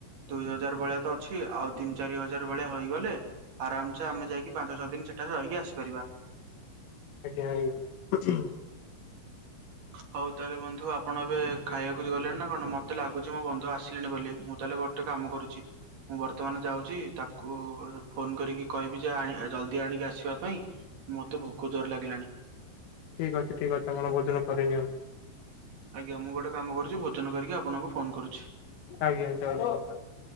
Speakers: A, on the right; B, on the left.
A: ଦୁଇ ହଜାର ଭଳିଆ ତ ଅଛି ଆଉ ତିନ ଚାରି ହଜାର ଭଳିଆ ହୋଇଗଲେ ଆରାମସେ ଆମେ ଯାଇକି ପାଞ୍ଚ ଛଅ ଦିନ ସେଠାରେ ରହିକି ଆସିପାରିବା।
B: ଆ ଯାଇନି
A: ହୋଉ ତାହେଲେ ବନ୍ଧୁ ଆପଣ ଏବେ ଖାଇବାକୁ ଗଲେଣି ନା କଣ ମତେ ଲାଗୁଚି ମୋ ବନ୍ଧୁ ଆସିଲେଣି ବୋଲି ମୁଁ ତା ହେଲେ ଗୋଟେ କାମ କରୁଚି ମୁଁ ବର୍ତ୍ତମାନ ଯାଉଚି ତାକୁ ଏ-ଫୋନ କରି କହିବି ଯେ ଆଣେ-ଜଲ୍ ଲଦି ଆଣିକି ଆସିବା ପାଇଁ ମତେ ଭୋକ ଜୋରେ ଲାଗିଲାଣି।
B: ଠିକଅଛି ଠିକଅଛି ଆମ ଭୋଜନ କରି ନିଅନ୍
A: ଆଜ୍ଞା ମୁଁ ଗୋଟେ କାମ କରୁଚି ଭୋଜନ କରିକି ଆପଣଙ୍କୁ ଫୋନ କରୁଚି।
B: ଆଜ୍ଞା <unintelligible>